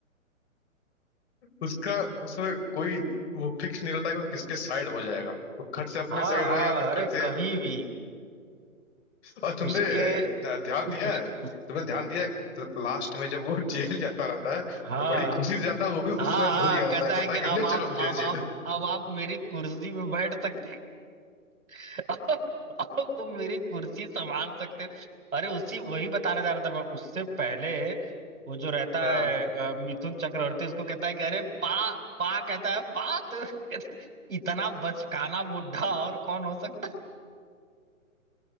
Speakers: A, on the left (about 50°); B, on the right (about 80°).
A: उसका उसमें कोई वो फिक्स नहीं रहता है कि वो किसके साइड हो जाएगा वो खट से अपने
B: हाँ
A: साइड
B: हाँ
A: रहेगा फिर
B: अरे
A: खट से
B: कभी भी
A: और तुमने
B: उसके
A: अ, ध्यान
B: उसके
A: दिया है तुमने ध्यान दिया है लास्ट में जब वो <laughs> जेल जाता रहता है
B: हाँ
A: तो बड़ी खुशी से जाता है वो भी
B: हाँ
A: उस समय
B: हाँ
A: भूल गया रहता
B: कहता
A: है कहता
B: है कि
A: है
B: अब
A: कि ले
B: आप
A: चलो मुझे
B: अब आप
A: जेल
B: अब आप मेरी कुर्सी में बैठ सकते हो <laughs> अब अब तुम मेरी कुर्सी संभाल सकते हो अरे उसी वही बताने जा रहा था मैं उससे पहले वो जो रहता
A: हाँ
B: है अ, मिथुन चक्रवर्ती उसको कहता है कि अरे पा पा कहता है पा तो <laughs> कहता है, इतना बचकाना बुढ़ा और कौन हो सकता